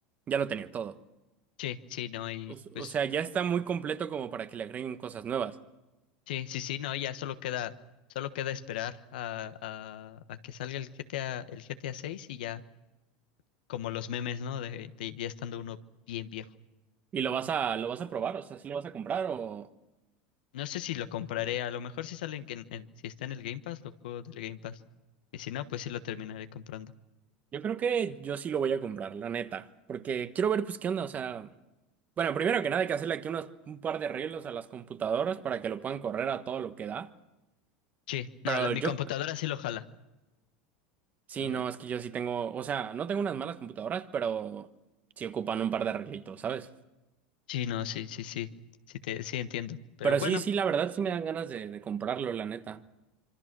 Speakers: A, on the right (about 35°); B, on the left (about 80°).
A: ya lo tenía todo.
B: Sí, sí, no, y
A: O, s-
B: pues,
A: o sea, ya está muy completo como para que le agreguen cosas nuevas.
B: sí, sí, sí, no, ya solo queda, solo queda esperar a, a, a que salga el GTA, el GTA 6 y ya como los memes, ¿no? De, de ya estando uno bien viejo.
A: Y lo vas a, lo vas a probar, o sea, sí lo vas a comprar o.
B: No sé si lo compraré, a lo mejor si salen, que en- si está en el Game Pass, lo juego del Game Pass. Y si no, pues sí lo terminaré comprando.
A: Yo creo que yo sí lo voy a comprar, la neta. Porque quiero ver, pues, qué onda, o sea. Bueno, primero que nada hay que hacerle aquí unos, un par de arreglos a las computadoras para que lo puedan correr a todo lo que da.
B: Sí,
A: Pero
B: no, la, mi
A: yo,
B: computadora sí lo jala.
A: sí,
B: A ver.
A: no, es que yo sí tengo, o sea, no tengo unas malas computadoras, pero sí ocupan un par de arreglitos, ¿sabes?
B: Sí, no, sí, sí, sí, sí, te, sí entiendo. Pero
A: Pero
B: bueno,
A: sí, sí, la verdad sí me dan ganas de, de comprarlo, la neta.